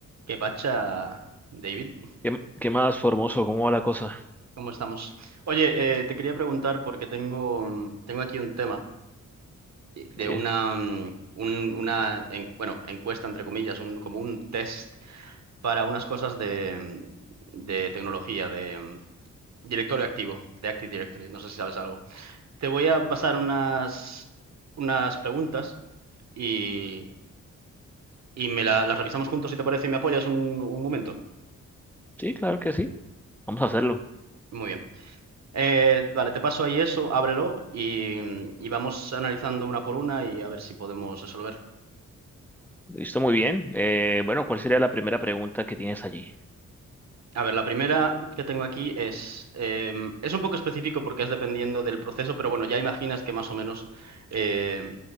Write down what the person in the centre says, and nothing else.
¿Qué, qué más, Formoso? ¿Cómo va la cosa?
Sí,
sí, claro que sí. Vamos a hacerlo.
Listo, muy bien. Eh, bueno, ¿cuál sería la primera pregunta que tienes allí?